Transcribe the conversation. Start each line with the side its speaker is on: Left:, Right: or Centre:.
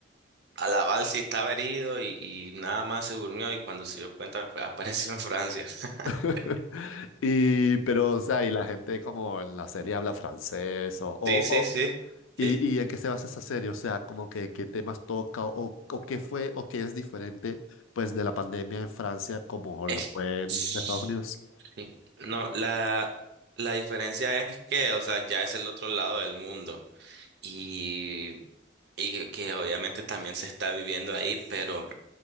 Right: a la balsa y estaba herido y, y nada más se durmió y cuando se dio cuenta, pues <laughs> apareció en Francia. <laughs>
Left: <laughs> Y, pero, o sea, y la gente como en la serie habla francés o, o,
Right: Sí, sí,
Left: o-
Right: sí. Sí.
Left: ¿Y, y en qué se basa esa serie? O sea, como que qué temas toca o, o qué fue o qué es diferente pues de la pandemia en Francia como lo
Right: Eh.
Left: fue en
Right: Sí.
Left: Estados Unidos.
Right: No, la, la diferencia es que, o sea, ya es el otro lado del mundo y, y que obviamente también se está viviendo ahí, pero